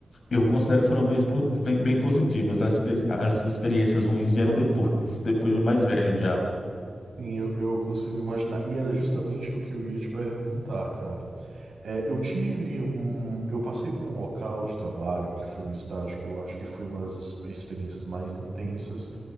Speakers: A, on the left; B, on the right.
A: eu considero que foram bem, expo- bem, bem positivas. As, pe- as experiências ruins vieram depois, <laughs> depois de eu mais velho já.
B: Sim, eu, eu consigo imaginar. E era justamente o que eu ia te perguntar, cara. É, eu tive um. Eu passei por um local de trabalho que foi um estágio que eu acho que foi uma das ex- experiências mais intensas